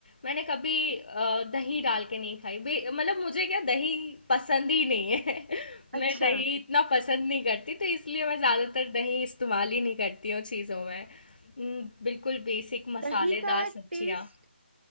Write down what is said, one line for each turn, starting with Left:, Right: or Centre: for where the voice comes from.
Left: मैंने कभी अ, दही डाल के नहीं खाई बे- मतलब मुझे क्या दही पसंद ही नहीं है <laughs>
Right: अच्छा
Left: मैं दही इतना पसंद नहीं करती तो इसलिए मैं ज़्यादातर दही इस्तेमाल ही नहीं करती हूँ चीज़ों में हम्म, बिल्कुल बेसिक मसालेदार
Right: दही का टेस्ट
Left: सब्जियाँ